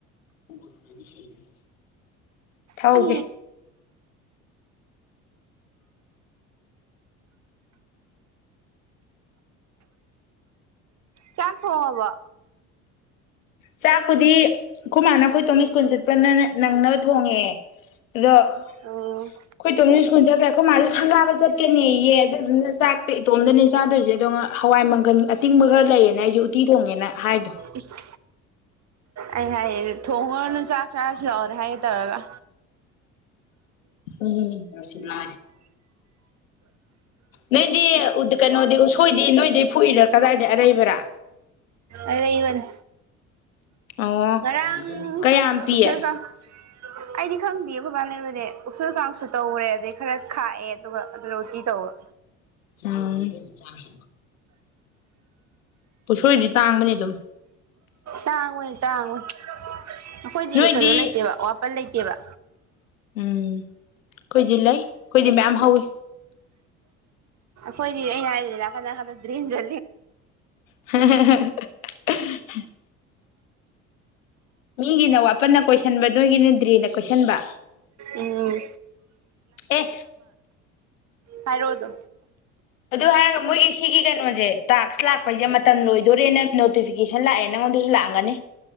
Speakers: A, on the left; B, on the right.
A: <unintelligible> ꯊꯧꯒꯦ
B: ꯁꯤ꯫ ꯆꯥꯛ ꯊꯣꯡꯉꯕꯣ꯫
A: ꯆꯥꯛꯄꯨꯗꯤ꯫ ꯈꯣꯏ ꯃꯥꯅ ꯑꯩꯈꯣꯏ ꯇꯣꯝ ꯁ꯭ꯀꯨꯜ ꯆꯠꯄꯅꯅ ꯅꯪꯅꯕ ꯊꯣꯡꯉꯦ ꯑꯗꯣ ꯑꯩꯈꯣꯏ
B: ꯑꯣ
A: ꯇꯣꯝ ꯁ꯭ꯀꯨꯜ ꯆꯠꯈ꯭ꯔ ꯑꯈꯣꯏ ꯃꯥꯁꯨ ꯁꯪꯒꯥꯕ ꯆꯠꯀꯅꯤꯌꯦ ꯑꯗꯨꯗꯨꯅ ꯆꯥꯛꯇ ꯏꯇꯣꯝꯗꯅꯦ ꯆꯥꯗꯣꯏꯁꯦ ꯑꯗꯣ ꯉꯥ ꯍꯋꯥꯏꯃꯪ ꯒꯟ ꯑꯇꯤꯡꯕꯒ ꯂꯩꯌꯦꯅ ꯑꯩꯁꯨ ꯎꯠꯇꯤ ꯊꯣꯡꯉꯦꯅ ꯍꯥꯏꯗꯣ꯫
B: ꯏꯁ ꯑꯩ ꯍꯥꯏꯌꯦ ꯊꯣꯡꯉꯣꯔꯅꯨ ꯆꯥꯛ ꯆꯥꯔꯁꯤ ꯂꯥꯛꯑꯣꯅꯦ ꯍꯥꯏꯒꯦ ꯇꯧꯔꯒ꯫
A: ꯎꯝ <unintelligible> ꯅꯣꯏꯗꯤ꯫ ꯎꯗꯤ ꯀꯩꯅꯣꯗꯤ ꯎꯁꯣꯏꯗꯤ ꯅꯣꯏꯗꯩ ꯐꯨꯛꯏꯔ ꯀꯗꯥꯏꯗꯩꯩ ꯑꯔꯩꯕꯔ꯫
B: ꯑꯔꯩꯕꯅꯦ꯫
A: ꯑꯣ
B: ꯉꯔꯥꯡ
A: ꯀꯌꯥꯝ ꯄꯤꯌꯦ
B: ꯎꯁꯣꯏ ꯀꯥꯡ ꯑꯩꯗꯤ ꯈꯪꯗꯤꯌꯦ ꯈꯣꯏꯕꯥꯅ ꯂꯩꯕꯅꯦ ꯎꯁꯣꯏ ꯀꯥꯡꯁꯨ ꯇꯧꯔꯦ ꯑꯗꯩ ꯈꯔ ꯈꯥꯛꯑꯦ ꯑꯗꯨꯒ ꯑꯗꯨꯗ ꯎꯇꯤ ꯇꯧꯕ꯫
A: ꯆꯥ <unintelligible> ꯎꯁꯣꯏꯗꯤ ꯇꯥꯡꯕꯅꯤ ꯑꯗꯨꯝ꯫
B: ꯇꯥꯡꯕꯅꯦ ꯇꯥꯡꯕꯅꯦ꯫ ꯑꯩꯈꯣꯏꯗꯤ
A: ꯅꯣꯏꯗꯤ
B: ꯀꯩꯅꯣ ꯂꯩꯇꯦꯕ ꯋꯥꯄꯟ ꯂꯩ ꯏꯕ
A: ꯎꯝ ꯑꯩꯈꯣꯏꯗꯤ ꯂꯩ ꯑꯩꯈꯣꯏꯗꯤ ꯃꯌꯥꯝ ꯍꯧꯋꯤ
B: ꯈꯣꯏꯗꯤ ꯑꯩꯅ ꯍꯥꯏ ꯇꯗꯗꯔꯤꯟꯖ
A: <inaudible> ꯃꯤꯒꯤꯅ ꯋꯥꯄꯟꯅ ꯀꯣꯏꯁꯟꯕ ꯅꯣꯏꯒꯤꯅ ꯗ꯭ꯔꯤꯅ ꯀꯣꯏꯁꯟꯕ
B: ꯎꯝ
A: ꯑꯦ
B: ꯍꯥꯏꯔꯣꯗꯨ
A: ꯑꯗꯨ ꯍꯥꯏꯔꯒ ꯃꯣꯏꯒꯤ ꯁꯤꯒꯤ ꯀꯩꯅꯣꯁꯦ ꯇꯥꯛꯁ ꯂꯥꯛꯄꯩꯁꯦ ꯃꯇꯝ ꯂꯣꯏꯗꯣꯔꯦꯅ ꯅꯣꯇꯤꯐꯤꯀꯦꯁꯟ ꯂꯥꯛꯑꯦ ꯅꯪꯉꯣꯟꯗꯁꯨ ꯂꯥꯛꯑꯒꯅꯤ